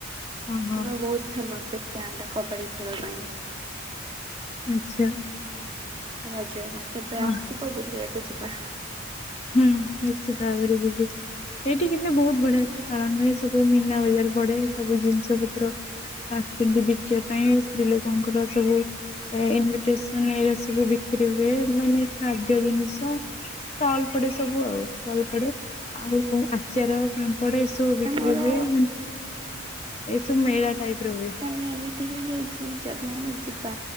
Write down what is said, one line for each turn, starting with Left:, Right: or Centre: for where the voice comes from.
Left: ଓହୋ
Right: ଆମର ବହୁତ ଫେମସ୍ ସେ ଗାଁ ଟା କବାଡି ଖେଳ ପାଇଁ।
Left: ଆଛା।
Right: ରଜରେ କେବେ
Left: ହଁ,
Right: ଆସିବ ବୁଲିବାକୁ ଯିବା।
Left: ହୁଁ ନିଶ୍ଚିତ ଭାବରେ ଯିବି। ଏଇଠି କେତେ ବହୁତ ବଢିଆ ସେ ପାଳନ ହୁଏ ସବୁ ମିନା ବଜାର ବଡେ ସବୁ ଜିନିଷ ପତ୍ର ଆସିଚନ୍ତି ବିକିବା ପାଇଁ ସ୍ତ୍ରୀ ଲୋକଙ୍କର ସବୁ ଏ ଇମିଟେସନ ଏଇରା ସବୁ ବିକ୍ରି ହୁଏ ମାନେ ଖାଦ୍ୟ ଜିନିଷ ଷ୍ଟଲ୍ ପଡେ ସବୁ ଆଉ ଷ୍ଟଲ୍ ପଡେ ଆଉ ଆଚାର ପାମ୍ପଡ ଏ ସବୁ ସବୁ ବିକ୍ର
Right: ଆମର
Left: ହୁଏ ମାନେ ଏସବୁ ମେଳା ଟାଇପ୍ ର ହୁଏ।
Right: ମାନେ ଏମିତି ହେଇଯାଇଚି ଯଦି ଆମେ ଯିବା